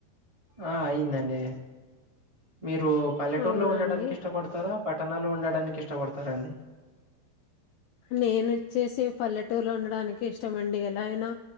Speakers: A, on the right (about 20°); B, on the left (about 80°).
A: ఆ అయిందండి. మీరు పల్లెటూర్లో
B: అవునా
A: ఉండడానిక్
B: అండి
A: ఇష్టపడ్తరా పట్టణాల్లో ఉండడానిక్ ఇష్ట పడ్తరా అండి
B: నేనొచ్చేసే పల్లెటూర్లో ఉండడానికి ఇష్టమండి ఎలా అయినా